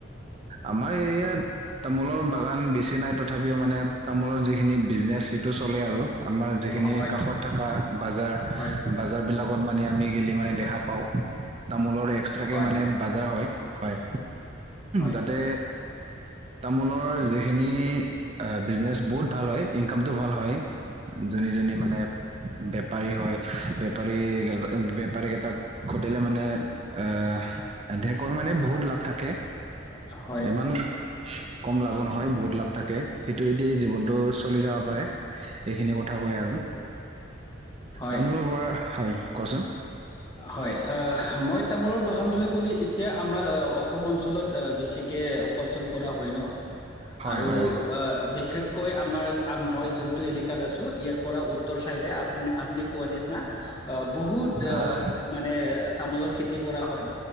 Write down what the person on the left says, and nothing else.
হয়, হয়,
হয়,
হয়,
হয়,
হয়,
হয়,
হয় আহ, মই তামোলৰ বাগান বুলি ক'লে এতিয়া আমাৰ আহ অসম অঞ্চল অঞ্চলত বেছিকে উপাৰ্জন কৰা হয় ন,
আৰু
বিশেষ কৈ আমাৰ মই যোনটো এলেকাত আছো ইয়াৰ পৰা উত্তৰ চাইডে আপ আপুনি কোৱা নিচিনা অ বহুত
মানে তামোলৰ খেতি কৰা হয়